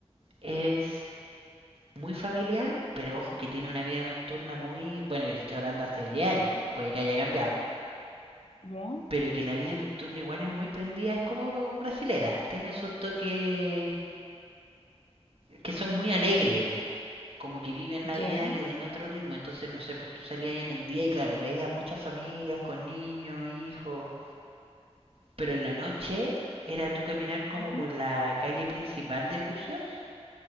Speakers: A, on the right; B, on the left.
A: es muy familiar, pero ojo que tiene una vida nocturna muy... Bueno, yo te estoy hablando hace 10 años, puede que haya cambiado,
B: ya,
A: pero que la vida nocturna igual es muy prendida, es como brasilera, tiene sus toques que son muy alegres ellos, como que viven la vida
B: ya,
A: que- en otro ritmo, entonces no sé, pues tú salías ahí en el día y claro, veías muchas familias con niños, hijos. Pero en la noche era tú caminar como
B: ujú,
A: por la calle principal de Bucios